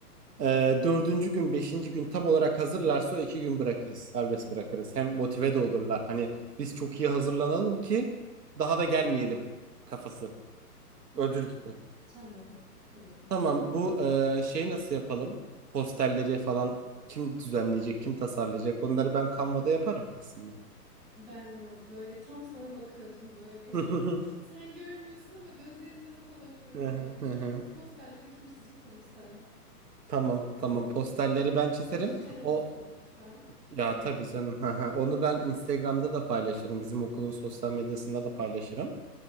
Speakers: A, on the right; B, in the centre.
A: Ee, dördüncü gün beşinci gün tam olarak hazırlarsa o iki gün bırakırız. Serbest bırakırız. Hem motive de olurlar. Hani biz çok iyi hazırlanalım ki daha da gelmeyelim kafası. Ödül gibi.
B: Tamam, tamam.
A: Tamam bu e, şey nasıl yapalım? Posterleri falan kim düzenleyecek, kim tasarlayacak? Onları ben Canva'da yaparım aslında.
B: Ben böyle tam sana bakıyordum böyle.
A: <laughs> Hı
B: <laughs> Sen görmüyorsun ama gözlerimle sana bakıyordum
A: hı,
B: yani.
A: hı hı.
B: Posterleri kim çizecek? Tabii ki sen.
A: Tamam
B: Ee,
A: tamam posterleri ben çizerim.
B: dijital olsun
A: O
B: lütfen.
A: ya
B: Canva'da.
A: tabii canım. Hı hı. Onu ben Instagram'da da paylaşırım. Bizim okulun sosyal medyasında da paylaşırım.